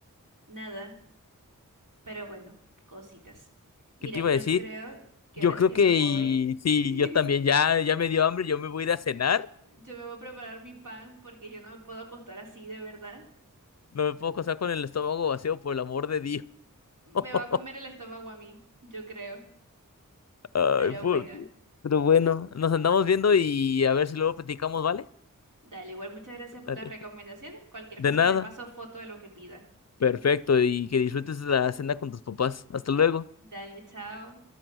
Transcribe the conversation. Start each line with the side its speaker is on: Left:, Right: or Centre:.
Right: nada. Pero bueno, cositas. Mira,
Left: ¿Qué te iba
Right: yo
Left: a decir?
Right: creo que
Left: Yo
Right: ahora
Left: creo
Right: sí
Left: que
Right: me voy.
Left: y- sí,
Right: <laughs>
Left: yo también. Ya, ya me dio hambre. Yo me voy a ir a cenar.
Right: Yo me voy a preparar mi pan porque yo no me puedo acostar así, de verdad.
Left: No me puedo casar con el estómago vacío, por el amor de Dios. <laughs>
Right: Me va a comer el estómago a mí, yo creo.
Left: Ay,
Right: Pero
Left: puta.
Right: bueno,
Left: Pero bueno, nos andamos viendo y a ver si luego platicamos, ¿vale?
Right: dale, igual muchas gracias por
Left: Dale.
Right: las recomendaciones. Cualquier
Left: De
Right: cosa
Left: nada.
Right: te paso foto de lo que pida.
Left: Perfecto, y que disfrutes la cena con tus papás. Hasta luego.
Right: Dale, chao.